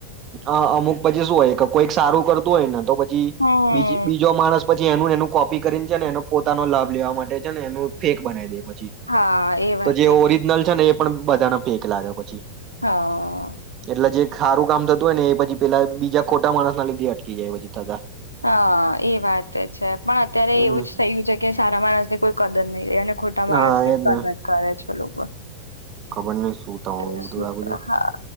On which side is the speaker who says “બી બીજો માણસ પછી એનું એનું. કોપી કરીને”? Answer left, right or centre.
Right